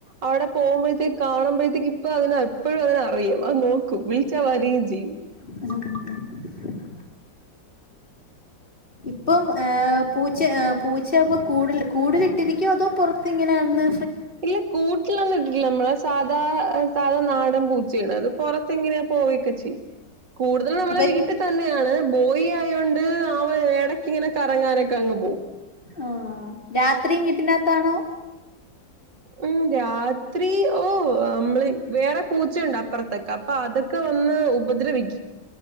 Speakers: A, on the right (about 75°); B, on the left (about 30°).
A: അവിടെ പോകുമ്പോഴത്തേക്ക് കാണുമ്പോഴത്തേക്ക് അപ്പൊ അതിനെപ്പോഴും അതിന് അറിയാം അത് നോക്കും വിളിച്ചാൽ വരികയും ചെയ്യും
B: <inaudible> ഇപ്പം പൂച്ച പൂച്ച അപ്പ കൂട്ടിൽ കൂടുലിട്ടിരിക്കോ അതോ പുറത്ത് ഇങ്ങനെ നടന്ന്
A: ഇല്ല കൂട്ടിലൊന്ന് ഇട്ടിട്ടില്ല നമ്മള സാധാ സാധാ നാടൻ പൂച്ചയാണ് അത് പുറത്ത് ഇങ്ങനെ പോകുകക്കൊ ചെയ്യും കൂടുതൽ നമ്മളേ
B: അപ്പൊ
A: വീട്ടി- തന്നെയാണ് ബോയി ആയൊണ്ട് അവൻ എടക്ങ്ങനെ കറങ്ങാനൊക്കെ അങ്ങ് പോവും
B: ആഹ രാത്രിയും വീട്ടിനകത്താണോ
A: ഉം രാത്രി ഓ നമ്മള് വേറെ പൂച്ചണ്ട് അപ്പുറത്തൊക്കെ അപ്പൊ അതൊക്കെ വന്ന് ഉപദ്രവിക്കും